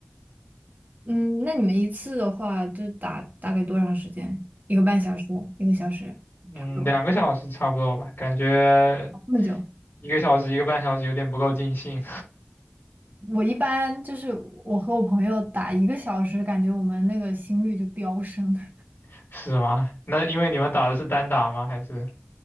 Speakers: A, on the right; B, on the left.
A: 嗯，那你们一次的话，就打大概多长时间？一个半小时，一个小时，
B: 嗯，
A: 差不多，
B: 两个小时差不多吧，感觉
A: 哦这么久。
B: 一个小时一个半小时有点不够尽兴，
A: 我一般就是我和我朋友打一个小时，感觉我们那个心率就飙升。<laughs>
B: <laughs> 是吗？那因为你们打的是单打吗？还是